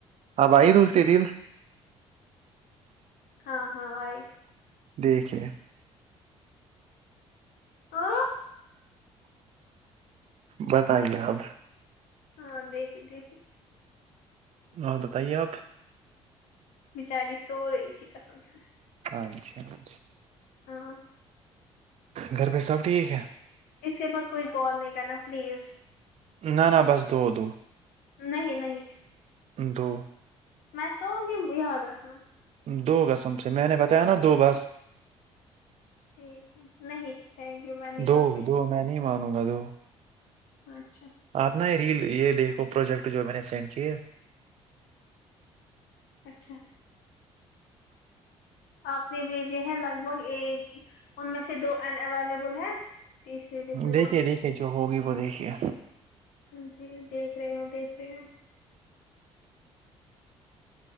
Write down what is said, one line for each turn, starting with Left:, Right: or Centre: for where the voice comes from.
Right: اب آئی دوسری ریل
Left: ہاں ہاں آئی
Right: دیکھیے
Left: آ
Right: بتائیے اب
Left: ہاں دیکھی دیکھی
Right: اور بتائیے آپ
Left: بچاری سو رہی تھی کسم سے
Right: اچھا اچھا
Left: ہاں
Right: گھر پے سب ٹھیک ہے
Left: اسی کے بعد کوئی کال نہیں کرنا پلیز
Right: نا نا بس دو دو
Left: نہیں نہیں
Right: دو
Left: میں سوگی یاد رکھنا
Right: دو کسم سے میں نے بتایا نا دو بس
Left: ٹھیک ہے نہیں تھینک یو میں نکلوں
Right: دو
Left: گی
Right: دو میں نہیں مانوں گا دو
Left: اچھا
Right: آپ نا یے ریل یے دیکھو پروجیکٹ جو میں نے سینڈ کیے
Left: اچھا آپ نے بیجے ہیں لگ بھگ ایک ان میں سے دو این اویلیبل ہے تیسری دکھ رہی
Right: دیکھیے دیکھیے جو ہوگی وہ دیکھیے
Left: جی دیکھ رہی ہو دیکھ رہی ہو